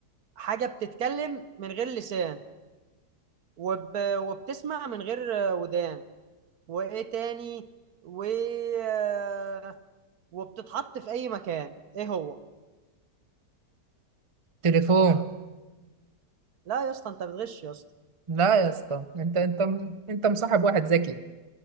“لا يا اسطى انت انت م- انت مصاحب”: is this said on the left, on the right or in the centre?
Right